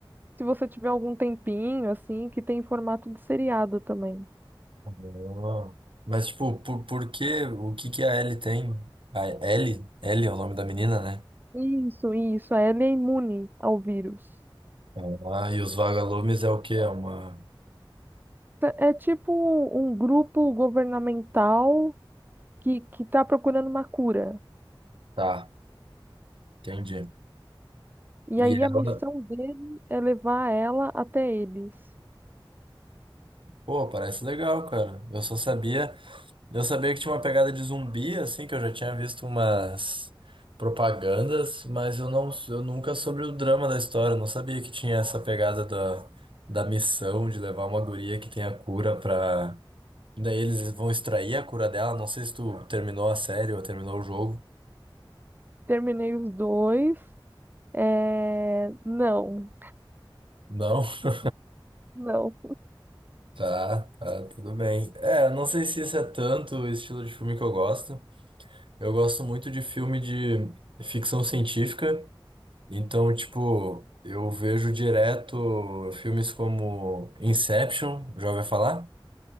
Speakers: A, on the right (about 20°); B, on the right (about 70°).
A: se você tiver algum tempinho, assim, que tem em formato de seriado também.
B: Ah. Mas, tipo, por, por que, o que que a Ellie tem? A Ellie? Ellie é o nome da menina, né?
A: Isso, isso, a Ellie é imune ao vírus.
B: Ah, e os vagalumes é o quê? É uma...
A: Tá- É tipo um um grupo governamental que, que tá procurando uma cura.
B: Tá, entendi.
A: E
B: E
A: aí
B: ela...
A: a missão dele é levar ela até eles.
B: Pô, parece legal, cara. Eu só sabia, eu sabia que tinha uma pegada de zumbi, assim, que eu já tinha visto umas propagandas, mas eu não, eu nunca soube o drama da história. Eu não sabia que tinha essa pegada da, da missão de levar uma guria que tem a cura pra. Daí eles vão extrair a cura dela. Não sei se tu terminou a série ou terminou o jogo.
A: Terminei os dois. É... Não,
B: Não? <laughs>
A: não.
B: Tá, tá, tudo bem. É, eu não sei se isso é tanto o estilo de filme que eu gosto. Eu gosto muito de filme de ficção científica, então, tipo, eu vejo direto filmes como Inception, já ouviu falar?